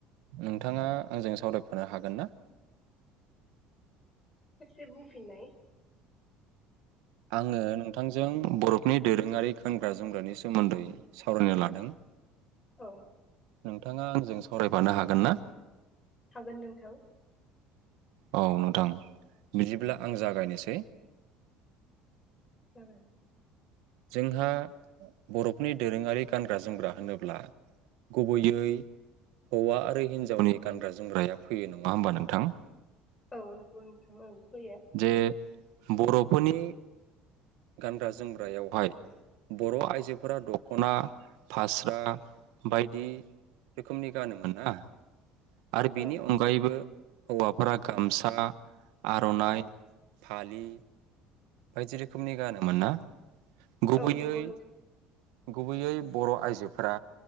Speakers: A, on the right (about 80°); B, on the left (about 15°).
A: नोंथांङा आंजों सावरायफानो हागोन ना?
B: खेबसे बुंफिनाय
A: आंङो नोंथांजों बर'फोरनि दोरोंङारि गानग्रा जोमग्रानि सोमोन्दै सावरायनो लादों।
B: औ
A: नोंथांङा आंजों सावरायफानो हागोन ना?
B: हागोन नोंथां।
A: औ नोंथां बिदिब्ला आं जागायनोसै।
B: जागोन।
A: जोंहा बर'फोरनि दोरोंङारि गानग्रा जोमग्रा होनोब्ला गुबैयै हौवा आरो हिन्जावनि गानग्रा जोमग्राया फैयो नंङा होमबा नोंथां?
B: औ नंगौ नोंथां ओं फैयो।
A: जे बर'फोरनि गानग्रा जोम ग्रायावहाय बर' आइजोफोरा दख'ना फास्रा बायदि रोखोमनि गानोमोन ना आरो बेनि
B: औ
A: अनगायैबो
B: नंगौ
A: हौवा फोरा गामसा, आर'नाइ, फालि बायदि रोखोमनि गानोमोन ना? गुबैयै
B: औ नंगौ नोंथां
A: गुबैयै बर' आइजोफोरा